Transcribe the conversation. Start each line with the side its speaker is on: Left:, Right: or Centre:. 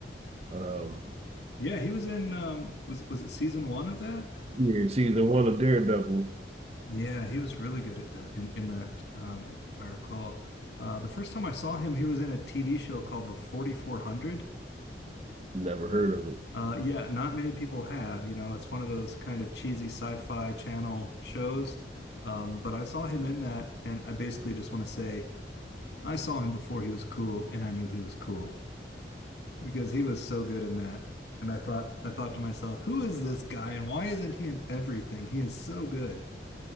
Right: um
Left: Yeah, he was in um was was it season one of that?
Right: yeah, season one of Daredevil.
Left: Yeah, he was really good at that in in that um if I recall. Uh the first time I saw him he was in a TV show called The 4400.
Right: Never heard of it.
Left: Uh yeah, not many people have, you know, it's one of those kind of cheesy sci-fi channel shows. Um but I saw him in that and I basically just want to say I saw him before he was cool and I knew he was cool because he was so good in that. And I thought I thought to myself, who is this guy and why isn't he in everything? He is so good.